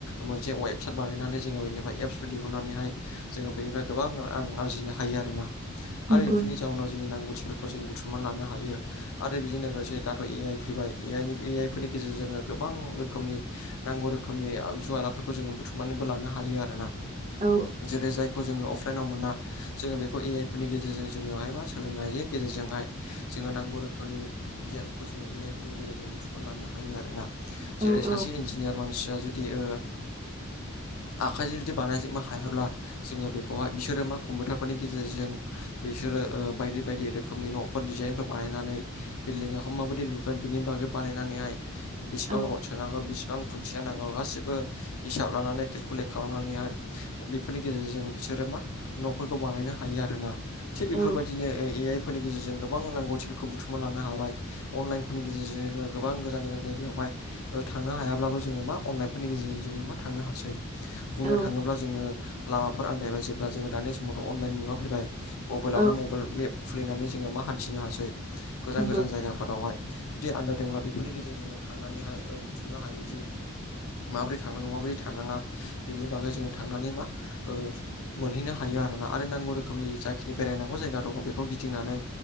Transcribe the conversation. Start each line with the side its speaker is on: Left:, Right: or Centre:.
Left: मोनसे वेब वेबसाइट बानायनानै जोङो बेनिफ्राय एप्सफोर दिहुननानैहाय जोङो बेनिफ्राय गोबां रां आरजिनो हायो आरोना।
Right: नंगौ
Left: आरो बेफोरनि जाउनाव जोंनि नांगौथिफोरखौ जों बुथुमनानै लानो हायो। आरो बेजों लोगोसे दाथ' ए आइ फैबाय ए आइ नि ए आइ फोरनि गेजेरजों जोङो गोबां रोखोमनि नांगौ रोखोमनि आगजु आलाफोरखौ जोङो बुथुमनानैबो लानो हायो आरोना।
Right: औ
Left: जेरै- जाय खौ जोङो अफलाइनाव मोना जोङो बेखौ ए आइ फोरनि गेजेरजों जोङोहाय बा सोलोंनायनि गेजेरजोंहाय जोङो नांगौ रोखोमनि गियानफोर जोङो ए आइ फोरनि गेजेरजों बुथुमनानै लानो हायो आरोना।
Right: औ
Left: जेरै सासे
Right: औ
Left: इन्जिनियार मानसिया जुदि ओ आखाइजों जुदि बानायजोबनो हायाब्ला जोङो बेखौहाय बिसोरो मा कम्पिउटारफोरनि गेजेरजों बिसोरो ओ बायदि बायदि रोखोमनि न' फोर डिजाइनफोर बानायनानै बिल्डिङाखौ माबायदि लुगोन बिनि बागै बानायनानैहाय बेसिबां
Right: औ
Left: रड सोनांगौ बेसिबां खुन्थिया नांगौ गासिबो हिसाब लानानै केलकुलेट खालामनानैहाय बेफोरनि गेजेरजों बिसोरो मा न'फोरखौ बानायनो हायो आरोना। थिग
Right: औ
Left: बेफोरबायदिनो ए आइ फोरनि गेजेरजों गोबां नांगौथिफोरखौ बुथुमना लानो हाबाय अनलाइनफोरनि गेजेरजों जोङो गोबां गोजान गोजान जायगायावहाय ओ थांनो हायाब्लाबो जोङो मा अनलाइनफोरनि गेजेरजों जोङो मा थांनो हासै। बुंनो
Right: औ
Left: थाङोब्ला जोङो लामाफोर आन्दायबाय जेब्ला जोङो दानि समावथ' अनलाइन मुगा फैबाय। मबाइलावनो
Right: औ
Left: मबाइल मेप खुलिनानै जोङो मा हान्थिनो हासै। गोजान
Right: नंगौ
Left: गोजान जायगा फोरावहाय जुदि आन्दायदोंब्ला बेफोरनि गेजेरजों जोङो थांनानैहाय ओ बुथुमनो हायोदि माबोरै थांनांगौ माबोरै थांनाङा बेनि बागै जोङो थांनानै मा ओ मोनहैनो हायो आरोना, आरो नांगौ रोखोमनि जाखिनि बेरायनांगौ जायगा दङ बेखौ गिदिंनानै